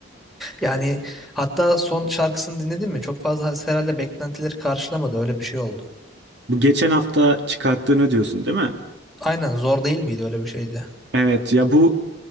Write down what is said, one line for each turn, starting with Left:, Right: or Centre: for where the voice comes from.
Centre: Yani hatta son şarkısını dinledin mi? Çok fazla herhalde beklentileri karşılamadı. Öyle bir şey oldu.
Right: Bu geçen hafta çıkarttığını diyorsun değil mi?
Centre: Aynen zor değil miydi? Öyle bir şeydi.
Right: Evet ya bu